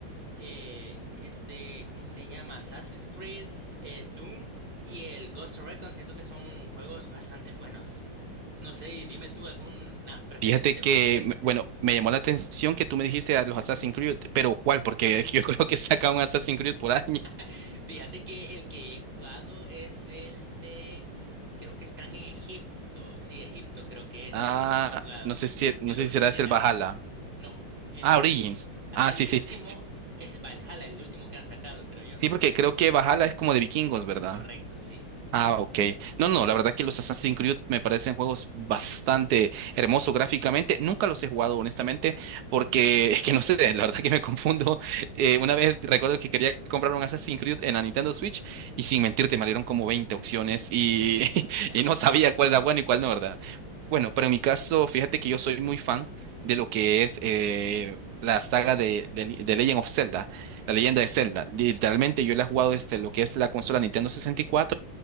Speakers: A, on the right; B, on the right.
A: eh, este, ¿cómo se llama? Assassin's Creed, eh, Doom y el Ghost Recon. Siento que son juegos bastante buenos. No sé, y dime tú algunas preferencias
B: Fíjate
A: de
B: que,
A: juegos que tienes.
B: me- bueno, me llamó la atención que tú me dijiste a los Assassin's Creed, pero ¿cuál? Porque <laughs> yo creo que saca un Assassin's Creed por año.
A: <laughs> Fíjate que el que he jugado es el de, creo que están en Egipto. Sí, Egipto creo que es
B: Ah,
A: el último que he jugado.
B: no sé si, no
A: El
B: sé
A: original.
B: si será ese el Valhalla.
A: No, el
B: Ah,
A: ori-
B: Origins.
A: Ajá,
B: Ah,
A: el
B: sí, sí.
A: último
B: Sí,
A: es el Valhalla, el último que han sacado, creo yo.
B: sí, porque creo que Valhalla es como de vikingos, ¿verdad?
A: Correcto, sí.
B: Ah, ok. No, no, la verdad que los Assassin's Creed me parecen juegos bastante hermosos gráficamente. Nunca los he jugado, honestamente, porque <laughs> es que no sé, la verdad que me confundo. Eh, una vez recuerdo que quería comprar un Assassin's Creed en la Nintendo Switch y sin mentirte me dieron como 20 opciones y,
A: <laughs>
B: <laughs> y no sabía cuál era bueno y cuál no, ¿verdad? Bueno, pero en mi caso, fíjate que yo soy muy fan de lo que es eh, la saga de, de, de Legend of Zelda, la leyenda de Zelda. Literalmente yo la he jugado desde lo que es la consola Nintendo sesenta y cuatro